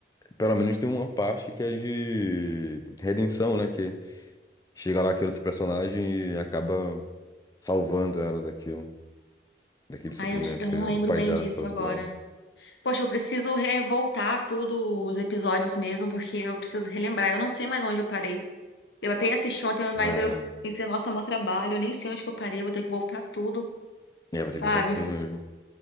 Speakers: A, on the left (about 20°); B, on the left (about 75°).
A: pelo menos tem uma parte que é de redenção, né? Que chega lá aquele outro personagem e acaba salvando ela daquilo. Daquele sofrimento
B: Ai, eu, eu
A: que
B: não
A: o
B: lembro
A: pai
B: bem
A: dela
B: disso
A: causou
B: agora.
A: pra ela.
B: Poxa, eu preciso revoltar tudo, os episódios mesmo, porque eu preciso relembrar. Eu não sei mais onde eu parei. Eu até assisti ontem, mas
A: Ah,
B: eu pensei, nossa, meu trabalho, eu nem sei onde que eu parei, eu vou ter que voltar tudo,
A: é, vai
B: sabe?
A: ter que botar tudo mesmo.